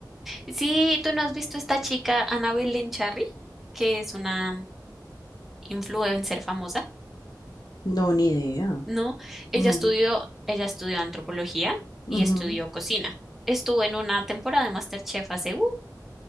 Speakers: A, in the centre; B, on the left.
A: Sí, tú no has visto esta chica, Annabel Lencharry, que es una influencer famosa,
B: No, ni idea.
A: ¿no? Ella
B: No.
A: estudió, ella estudió antropología
B: ujú.
A: y estudió cocina. Estuvo en una temporada de MasterChef hace, ¡uh!